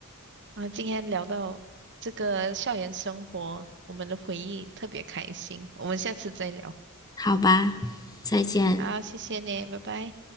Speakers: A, on the right; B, on the left.
A: 啊，今天聊到这个校园生活，我们的回忆特别开心，我们下次再聊。
B: 好吧，再见。
A: 好，谢谢你，拜拜。